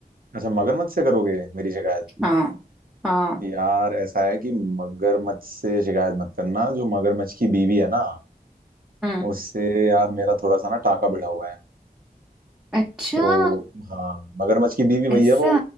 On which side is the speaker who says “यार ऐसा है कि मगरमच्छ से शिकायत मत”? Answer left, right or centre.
Right